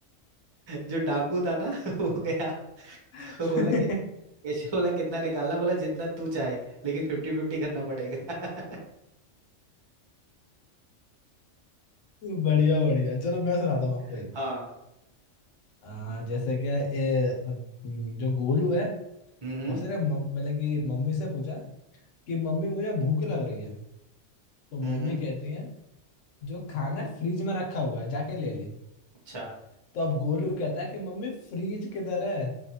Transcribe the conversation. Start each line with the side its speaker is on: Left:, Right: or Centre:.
Right: जो डाकू था ना <laughs> वो गया
Left: <laughs>
Right: वो बोला कि कैशियर बोला कितना निकालना बोला जितना तू चाहे लेकिन फिफ्टी फिफ्टी करना पड़ेगा
Left: हम्म। बढ़िया बढ़िया चलो मैं सुनाता हूँ आपको
Right: <laughs>
Left: एक
Right: हाँ
Left: आ, जैसे क्या ये, अ, जो गोलू है
Right: हम्म
Left: उसने मम- मतलब कि मम्मी से पूछा कि मम्मी मुझे भूख लग रही है तो
Right: हम्म
Left: मम्मी कहती है जो खाना फ्रिज में रखा हुआ है जाके ले ले
Right: अच्छा
Left: तो अब गोलू कहता है कि मम्मी फ्रिज किधर है